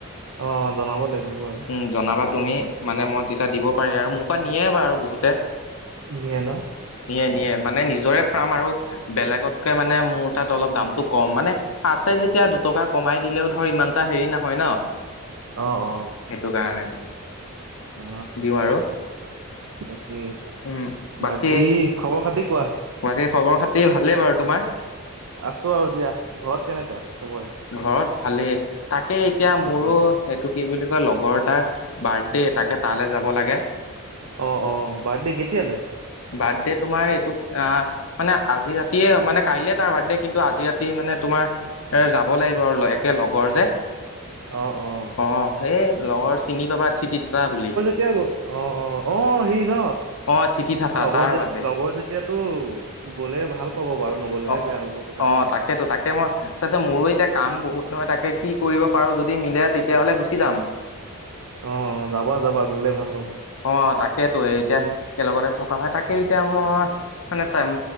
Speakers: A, on the right; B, on the left.
A: অ-অ, জনাব লাগিব বাৰু,
B: উম জনাবা
A: জনাম
B: তুমি
A: বাৰু।
B: মানে মই তেতিয়া দিব পাৰিম আৰু মোৰ পৰা নিয়ে বাৰু বহুতে।
A: নিয়ে ন
B: নিয়ে-নিয়ে,
A: অ',
B: মানে নিজৰে ফাৰ্ম আৰু। বেলেগতকে মানে মোৰ তাত অলপ দামটো কম মানে। আছে যেতিয়া, দুটকা কমাই দিলেওঁ ধৰ ইমানটা হেৰি নহয় ন।
A: অ-অ
B: সেইটো কাৰণে।
A: অ,
B: দিওঁ আৰু
A: বাকী-বাকী
B: উম বাকী
A: খবৰ খাতি কোৱা?
B: বাকী খবৰ খাতি ভালেই বাৰু। তোমাৰ?
A: আছো আৰু দিয়া। ঘৰত কেনেকুৱা চবৰে?
B: ঘৰত ভালেই। তাকে এতিয়া মোৰো
A: অ', অ',
B: সেইটো কি বুলি কয়? লগৰ এটা বাৰ্থডে তাকে তালে যাব লাগে।
A: অ-অ, বাৰ্থডে কেতিয়ালে?
B: বাৰ্থডে তোমাৰ এইটো আহ, মানে আজি ৰাতিয়ে, মানে কাইলে তাৰ বাৰ্থডে, কিন্তু আজি ৰাতি মানে তোমাৰ এ যাব লাগিব আৰু একে লগৰ যে।
A: অ-অ
B: অ, সেই লগৰ চিনি পাবা, থিতি থকা বুলি।
A: অ-অ-অ, সি ন
B: অ থিতি থাথা
A: লগৰ
B: তাৰ
A: যে,
B: বাৰ্থডে
A: লগৰ যে। এতিয়াতো গ'লে ভাল পাব বাৰু নগলেহে
B: অ
A: বেয়া হ'ব কথাটো।
B: অ তাকেতো তাকে মই চাইচে মোৰো এতিয়া কাম বহুত নহয় তাকে কি কৰিব পাৰো, যদি মিলে তেতিয়াহ'লে গুচি যাম।
A: অ যাবা যাবা গোলে ভাল পাব।
B: অ, তাকেতো এতিয়া
A: কি
B: একেলগতে থকা হয়। তাকেই এতিয়া মই মানে টাইম